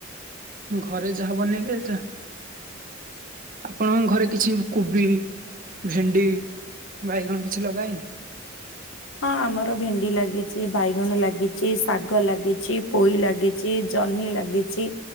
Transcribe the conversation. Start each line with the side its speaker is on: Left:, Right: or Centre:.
Right: ଘରେ ଯାହା ବନେଇବେ ଏଟା ଆପଣଙ୍କ ଘରେ କିଛି କୋବି ଭେଣ୍ଡି ବାଇଗଣ କିଛି ଲଗାହେଇନି?
Left: ହଁ ଆମର ଭେଣ୍ଡି ଲାଗିଚି ବାଇଗଣ ଲାଗିଚି ଶାଗ ଲାଗିଚି ପୋଇ ଲାଗିଚି ଜ ଜହ୍ନି ଲାଗିଚି